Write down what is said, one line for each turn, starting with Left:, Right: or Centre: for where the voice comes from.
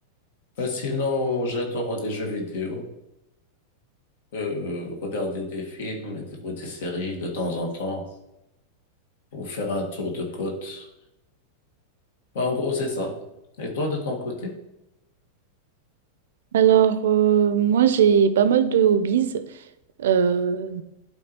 Left: Ben, sinon, j'adore les jeux vidéo, euh, regarder des films et- ou des séries de temps en temps, ou faire un tour de côte. Ben, en gros, c'est ça. Et toi, de ton côté?
Right: Alors euh, moi j'ai pas mal de hobbies. Euh,